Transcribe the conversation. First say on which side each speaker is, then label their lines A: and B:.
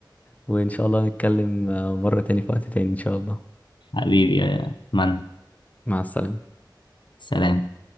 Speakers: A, on the left (about 20°); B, on the left (about 75°).
A: وإن شاء الله نتكلم آه، مرة تاني في وقت تاني إن شاء الله
B: حبيبي يا من
A: مع السلامة
B: سلام